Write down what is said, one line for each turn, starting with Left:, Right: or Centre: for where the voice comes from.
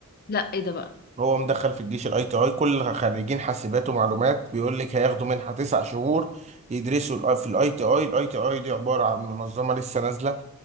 Left: لا ايه ده بقى
Right: هو مدخل في الجيش الاي تي اي كل خريجين حاسبات ومعلومات بيقول لك هياخدوا منحه تسع شهور يدرسوا ال- في الاي تي اي الاي تي اي دي عباره عن منظمه لسه نازله